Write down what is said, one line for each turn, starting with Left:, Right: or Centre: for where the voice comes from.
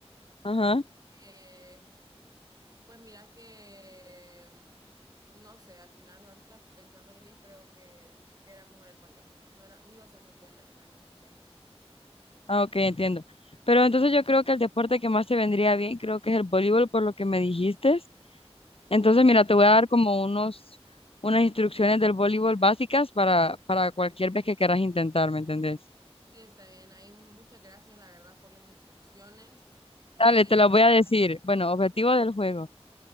Left: Ajá.
Right: Eh, pues mira que, mm, no sé, al final ahorita pensándolo bien, creo que, que era mejor el ballet. No era, no iba a ser muy buena en artes marciales.
Left: Ah, ok, entiendo. Pero entonces yo creo que el deporte que más te vendría bien, creo que es el voleibol, por lo que me dijiste. Entonces, mira, te voy a dar como unos, unas instrucciones del voleibol básicas para, para cualquier vez que quieras intentar, ¿me entendés?
Right: Sí, está bien. Hay muchas gracias, la verdad, por las instrucciones. Y,
Left: Dale, te las voy a decir.
Right: ahí-
Left: Bueno, objetivo del juego.